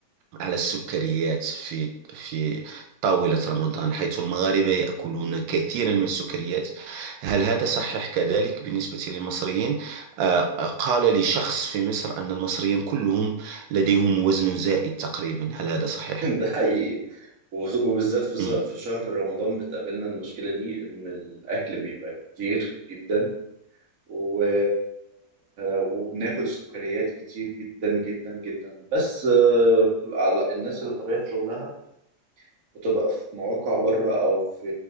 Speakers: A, on the right; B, on the right.
A: على السكريات في في طاولة رمضان حيث المغاربة يأكلون كثيرا من السكريات هل هذا صحيح كذلك بالنسبة للمصريين؟ آه، قال لي شخص في مصر أن المصريين كلهم لديهم وزن زائد تقريبا هل هذا صحيح؟
B: <laughs> ده حقيقي وغ- وبالذات في ز-
A: مم.
B: في شهر رمضان بتقابلنا المشكلة دي إن الأكل بيبقى كتير جدا و... وبناكل سكريات كتير جدا جدا جدا بس آه، كل على- الناس اللي طبيعة شغلها بتبقى في مواقع بره او في